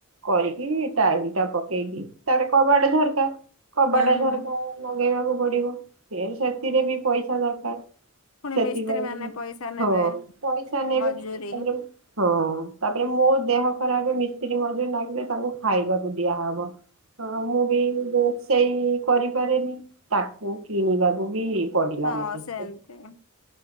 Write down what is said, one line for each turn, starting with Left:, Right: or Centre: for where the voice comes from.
Right: କରିକି ଟାଇଲ ଟା ପକେଇଲି ତାପରେ କବାଟ ଝରକା କବାଟା
Left: ହୁଁ
Right: ଝରକା ଲଗେଇବାକୁ ପଡିବ। ସେଥିରେ ବି ପଇସା ଦରକାର
Left: ପୁଣି
Right: ସେତି
Left: ମିସ୍ତ୍ରୀ
Right: ପାଇଁ
Left: ମାନେ ପଇସା ନେବେ
Right: ହଁ ପଇସା ନେବେ
Left: ମଜୁରୀ
Right: ତାପରେ ହଁ ତା ତାପରେ ମୋ ଦେହ ଖରାପ ମିସ୍ତ୍ରୀ ମଝିରେ ଲାଗିଲେ ତାଙ୍କୁ ଖାଇବାକୁ ଦିଆହବ। ହଁ ମୁଁ ବି ବ ସେଇ କରିପାରେନି ତାକୁ କିଣିବାକୁ ବି ପଡିଲା
Left: ହଁ
Right: ମତେ
Left: ସେମିତି